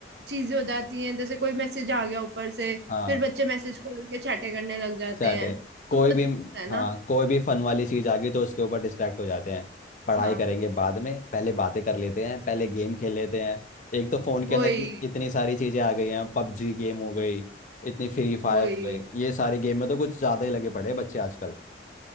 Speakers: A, on the right; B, on the left.
A: चीजें हो जाती हैं जैसे कोई मैसेज आ गया ऊपर से
B: हाँ
A: फिर बच्चे मैसेज खोल के चैटें करने लग जाते
B: सेट
A: हैं
B: है कोई
A: तो वो
B: भी
A: दिक्कत है
B: हाँ
A: ना
B: कोई भी फन वाली चीज आ गई तो उसके ऊपर डिस्ट्रैक्ट हो जाते हैं पढ़ाई
A: हाँ
B: करेंगे बाद में पहले बातें कर लेते हैं पहले गेम खेल लेते हैं एक तो फोन के
A: वही
B: अंदर इतनी, इतनी सारी चीजें आ गई हैं पबजी गेम हो गई इतनी फ्री फायर
A: वही
B: हो गई ये सारे गेम में तो कुछ ज्यादा ही लगे पड़े हैं बच्चे आजकल